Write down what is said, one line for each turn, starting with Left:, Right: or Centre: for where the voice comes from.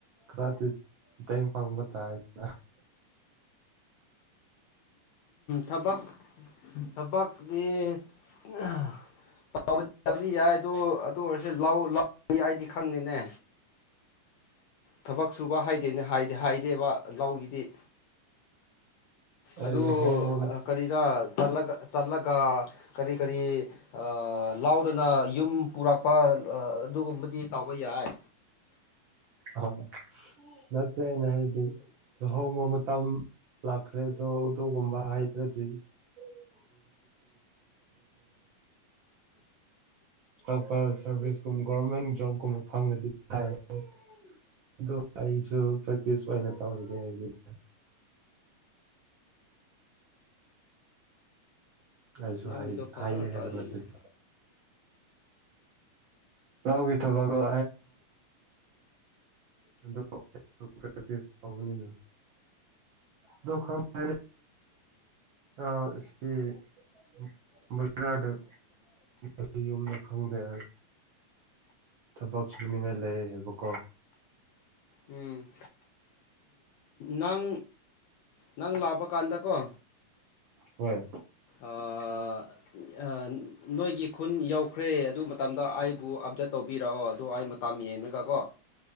Right: ꯈꯔꯗꯤ ꯃꯇꯦꯡ ꯄꯥꯡꯕ ꯇꯥꯔꯦꯗꯅ
Left: ꯊꯕꯛ ꯊꯕꯛꯗꯤ ꯑꯍ <unintelligible> ꯌꯥꯗꯤ ꯌꯥꯏ ꯑꯗꯨ ꯑꯗꯨ ꯑꯣꯏꯔꯁꯨ ꯂꯥꯎ ꯑꯩꯗꯤ ꯈꯪꯗꯦꯅꯦ ꯊꯕꯛ ꯁꯨꯕ ꯍꯥꯏꯗꯦꯅꯦ ꯍꯥꯏꯗꯤ ꯍꯥꯢꯗꯦꯕ ꯂꯧꯒꯤ ꯢ
Right: ꯑꯩ
Left: ꯑꯗꯨ
Right: ꯂꯨꯍꯣꯡꯕ
Left: ꯀꯔꯤꯔꯥ ꯆꯠꯂꯒ ꯆꯠꯂꯒ ꯀꯔꯤ ꯀꯔꯤ ꯑ ꯂꯥꯎꯗꯅ ꯌꯨꯝ ꯄꯨꯔꯛꯄ ꯑꯗꯨꯒꯨꯝꯕꯗꯤ ꯇꯧꯕ ꯌꯥꯏ
Right: ꯑ ꯅꯠꯇꯦ ꯑꯩꯅ ꯍꯥꯢꯕꯗꯤ ꯂꯨꯍꯣꯡꯕ ꯃꯇꯝ ꯂꯥꯛꯈ꯭ꯔꯦ ꯑꯗꯣ ꯑꯗꯨꯒꯨꯝꯕ ꯍꯥꯏꯗ꯭ꯔꯗꯤ <unintelligible> ꯇꯣꯞꯄ ꯁꯔꯚꯤꯁꯀꯨꯝ ꯒꯣꯚꯔꯃꯦꯟꯠ ꯖꯣꯕ ꯀꯨꯝꯕ ꯈꯪꯔꯗꯤ <unintelligible> ꯑꯗꯨ ꯑꯩꯁꯨ ꯄ꯭ꯔꯦꯛꯇꯤꯁ ꯑꯣꯏꯅ ꯇꯧꯔꯒꯦ ꯍꯥꯏꯕꯅꯤꯗ ꯑꯩꯁꯨ
Left: ꯅꯪꯒꯤꯗꯣ
Right: ꯍꯥꯏ
Left: ꯐꯖꯅ
Right: ꯍꯥꯏꯌꯦ
Left: ꯇꯥꯗꯦꯅꯦ
Right: ꯍꯥꯏꯕ ꯅꯠꯇꯦꯗ ꯂꯧꯒꯤ ꯊꯕꯛ <unintelligible> ꯑꯗꯣ <unintelligible> ꯄ꯭ꯔꯦꯛꯇꯤꯁ ꯇꯧꯕꯅꯤꯗ <unintelligible> ꯑ ꯁꯤ <unintelligible> ꯈꯪꯗꯦ ꯊꯕꯛ ꯁꯨꯅꯤꯡꯉꯥꯏ ꯂꯩꯌꯦ ꯍꯥꯏꯕꯀꯣ
Left: ꯎꯝ ꯅꯪ ꯅꯪ ꯂꯥꯛꯄ ꯀꯥꯟꯗꯀꯣ
Right: ꯍꯣꯏ
Left: ꯑꯥ ꯑ ꯅꯣꯏꯒꯤ ꯈꯨ ꯈꯨꯟ ꯌꯧꯈ꯭ꯔꯦ ꯑꯗꯨ ꯃꯇꯝꯗ ꯑꯥꯢꯕꯨ ꯑꯞꯗꯦꯠ ꯇꯧꯕꯤꯔꯛꯑꯣ ꯑꯗꯨ ꯑꯩ ꯃꯥꯇꯝ ꯌꯦꯡꯔꯒꯀꯣ